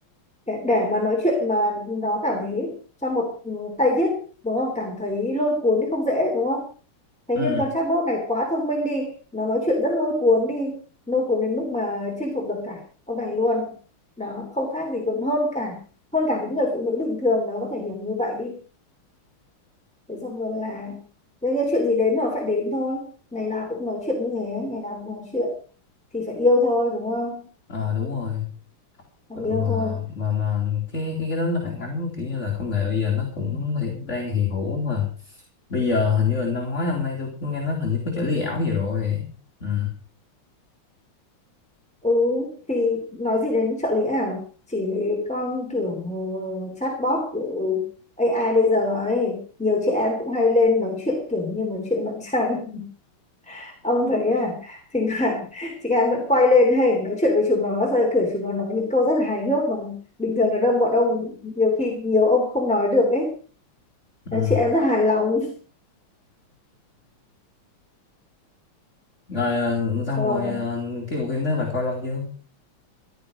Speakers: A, in the centre; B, on the left.
A: để, để mà nói chuyện mà nó cảm thấy cho một ừ, tay viết đúng không cảm thấy lôi cuốn thì không dễ đúng không thế
B: ừ
A: nhưng con chatbot này quá thông minh đi nó nói chuyện rất lôi cuốn đi lôi cuốn đến mức mà chinh phục được cả ông này luôn đó không khác gì còn hơn cả hơn cả những người phụ nữ bình thường nó có thể hiểu như vậy đi thế xong rồi là đương nhiên chuyện gì đến nó phải đến thôi ngày nào cũng nói chuyện như thế ngày nào cũng nói chuyện thì phải yêu thôi đúng không
B: Ờ, đúng rồi
A: phải
B: Ờ,
A: yêu
B: mà
A: thôi
B: mà mà cái cái cái đó nó phản ánh kiểu như là công nghệ bây giờ nó cũng hiện, đang hiện hữu mà bây giờ hình như là năm ngoái năm nay tôi cũng nghe nói hình như có trợ lý ảo gì rồi ừ
A: ừ thì nói gì đến trợ lý ảo chỉ lấy con kiểu ờ, chatbot kiểu AI bây giờ ấy nhiều chị em cũng hay lên nói chuyện kiểu như nói chuyện bạn trai <laughs> ông thấy à thỉnh thoảng chị em vẫn quay lên hay nói chuyện với chúng nó rồi kiểu chúng nó nói những câu rất là hài hước mà bình thường là đông bọn ông nhiều khi nhiều ông không nói được ấy Đấy,
B: ừ
A: chị em rất hài lòng
B: rồi ờ, xong
A: Ờ,
B: rồi ờ, cái bộ phim đó bà coi lâu chưa